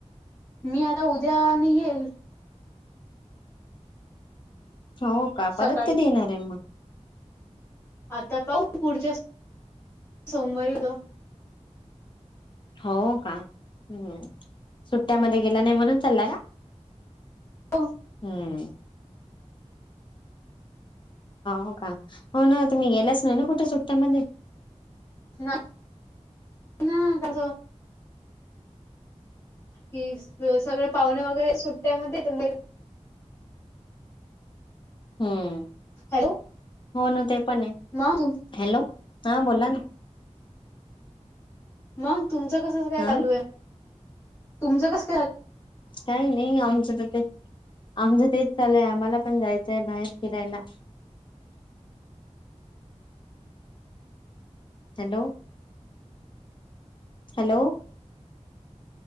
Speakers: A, on the left; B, on the left.
A: मी आता उद्या आणि येेईल
B: हो का
A: सकाळी
B: परत कधी येणार आहे मग
A: आता पाऊ पुढच्या सोमवारी त
B: हो का हम्म सुट्ट्यामध्ये गेला नाही म्हणून चालला का
A: हो
B: हम्म हो का. हो ना. तुम्ही गेलाच नाही ना कुठे सुट्ट्यामध्ये?
A: ना ना कस कि सगळे पाहुणे वगैरे सुट्ट्यामध्ये.
B: हम्म
A: हॅलो
B: हो ना ते पण आहे
A: मग
B: हॅलो हा बोला ना
A: मग तुमचं कसच काय
B: हा
A: चालू आहे? तुमचं कस.
B: काही नाही आमचं तर ते. आमचं तेच चालय आम्हाला पण जायचंय बाहेर फिरायला. हॅलो हॅलो